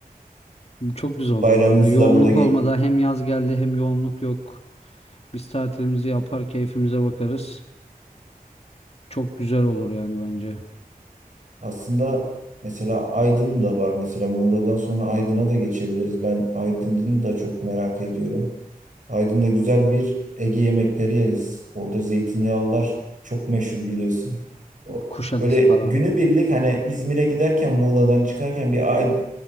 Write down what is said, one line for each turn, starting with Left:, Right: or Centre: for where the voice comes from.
Left: Bu çok güzel
Right: Bayramımızı
Left: olur bu arada. Yoğunluk
Right: da burada geç...
Left: olmadan hem yaz geldi hem yoğunluk yok. Biz tatilimizi yapar, keyfimize bakarız. Çok güzel olur yani bence.
Right: Aslında mesela Aydın da var. Mesela Muğla'dan sonra Aydın'a da geçebiliriz. Ben Aydın'ı da çok merak ediyorum. Aydın'da güzel bir Ege yemekleri yeriz. Orada zeytinyağlılar çok meşhur biliyorsun. O-
Left: Kuşadası
Right: Böyle
Left: falan.
Right: günübirlik hani İzmir'e giderken Muğla'dan çıkarken bir Ay-